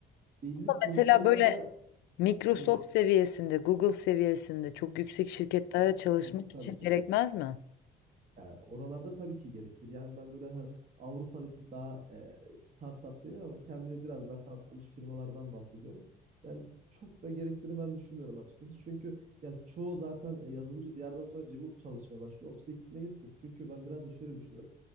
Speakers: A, on the right (about 45°); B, on the left (about 85°).
A: belli pozisyonlara
B: Mesela böyle Microsoft
A: buyurun.
B: seviyesinde, Google seviyesinde çok yüksek şirketlerde
A: E,
B: çalışmak
A: Ha, tabii
B: için
A: ki.
B: gerekmez mi?
A: Yani oralarda tabii ki gerekir. Yani ben böyle hani Avrupa'daki daha e, startup demiyorum ama kendini biraz daha kanıtlamış firmalardan bahsediyorum. Yani çok da gerektiğini ben düşünmüyorum açıkçası. Çünkü ya çoğu zaten e, yazılımcı bir yerden sonra remote çalışmaya başlıyor. Ofise gitmeye gerek yok. Çünkü ben biraz da şöyle düşünüyorum.